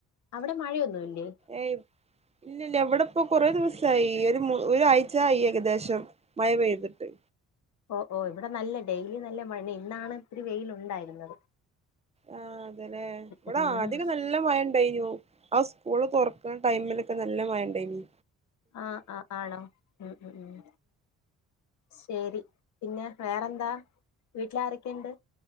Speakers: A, on the left (about 70°); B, on the right (about 20°).
A: അവിടെ മഴയൊന്നുമില്ലേ?
B: ഏയ് ഇല്ല ഇല്ല ഇവിടെ ഇപ്പ കുറെ ദിവസായി ഒരു ഒരാഴ്ചായി ഏകദേശം. മഴ പെയ്തിട്ട്.
A: ഓ ഓ ഇവിടെ നല്ല ഡെയിലി നല്ല മഴ ഇന്നാണ് ഇത്തിരി വെയില് ഉണ്ടായിരുന്നത്.
B: ആഹ് അതല്ലേ ഇവിടെ
A: ഉം
B: ആദ്യം ഒക്കെ നല്ല നല്ല മഴ ഇണ്ടനു ആ സ്കൂള് തുറക്കുന്ന ടൈമിലൊക്കെ നല്ല മഴ ഉണ്ടയ്നു.
A: ആഹ് ആ ആണോ ഉം ഉം ഉം ശരി പിന്നെ വേറെന്താ? വീട്ടില ആരൊക്കെയുണ്ട്?